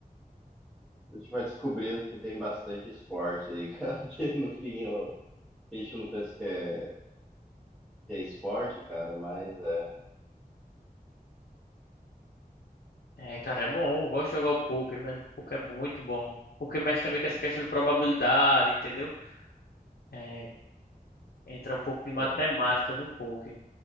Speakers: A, in the centre; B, on the left (about 85°).
A: a gente vai descobrindo que tem bastante esporte aí, <laughs> cara, que no fim eu- a gente não pensa que é, que é esporte, cara, mas é,
B: É, cara, é bom. Eu gosto de jogar o poker, velho. O poker é muito bom. Porque mexe também com essa questão de probabilidade, entendeu? É, entra um pouco de matemática
A: é,
B: no poker.